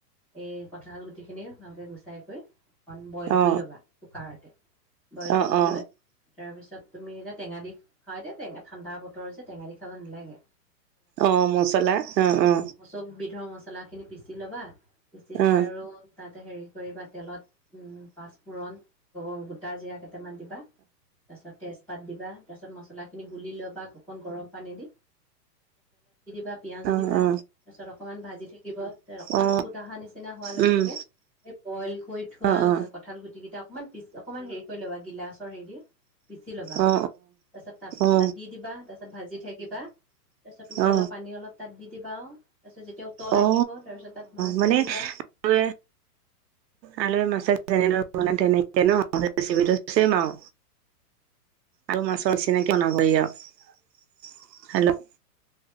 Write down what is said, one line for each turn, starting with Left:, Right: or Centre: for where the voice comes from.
Centre: এই কঁঠাল গুটি খিনি ভালকে গুচাই কৰি অকণ বইল
Right: অ
Centre: কৰি ল'বা কুকাৰতে, বইল
Right: অ
Centre: কৰি
Right: অ
Centre: লৈ তাৰপিছত তুমি এতিয়া টেঙা দি খা ঠাণ্ডা বতৰ হৈছে টেঙা দি খাব নালাগে
Right: অ মচলা অ অ
Centre: অ' চব বিধৰ মছলাখিনি পিচি ল'বা, পিচি লৈ
Right: অ
Centre: আৰু তাতে হেৰি কৰিবা তেলত পাঁচফোৰণ গোটা জিৰা কেইটামান দিবা তাৰপিছত তেজপাত দিবা তাৰপিছ মছলাখিনি গুলি ল'বা অকণ গৰম পানী দি বা পিয়াজো
Right: অ
Centre: দিবা
Right: অ
Centre: তাৰপিছত অকণমান ভাজি থাকিবা অকণমান
Right: অ অ
Centre: ফুট অহা নিচিনা হোৱাৰ লগে
Right: উম
Centre: লগে এই বইল কৰি থোৱা
Right: অ অ
Centre: কঁঠাল গুটি কেইটা অকনমান পিচ অকনমান হেৰি কৰি ল'বা গিলাচৰ হেৰি দি পিচি ল'বা অকণ
Right: অ
Centre: তাৰপিছত তাত
Right: অ
Centre: তাত দি দিবা তাৰপিছত ভাজি থাকিবা তাৰপিছত উতলা
Right: অ অ
Centre: পানী অলপ তাত দি দিবা আও তাছত যেতিয়া উতল
Right: অ
Centre: আহিব তাৰপিছত তাত মাছ
Right: মানে
Centre: দি দিবা
Right: আলুৱে আলুৱে মাছে যেনেদৰে বনাই তেনেকে ন ৰেচিপটো চেম আৰু আলু, মাছৰ নিচিনাকি বনাব ই আৰু হেল্ল'।